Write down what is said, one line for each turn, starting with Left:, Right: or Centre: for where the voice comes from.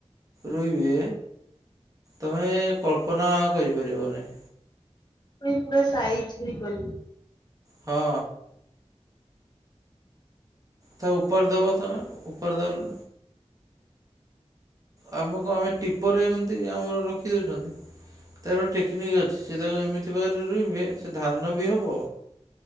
Right: ରୋଇବେ ତମେ କଳ୍ପନା କରିପାରିବନି।
Left: ପଣି ପୁରା ସାାଇଜ କିରି କରିବୁ।
Right: ହଁ। ତ ଉପର ଦବ ତ ଉପର ଦଉ ଆମକୁ ଆମେ ଟିପରେ ଏମତି ଆମର ରଖିଦଉଛନ୍ତି ତାର ଠିକ୍ ଅଛି ସେ ତାକୁ ଏମିତି ବାଖରେ ରୋହବେ ସେ ଧାନ ବି ହେବ।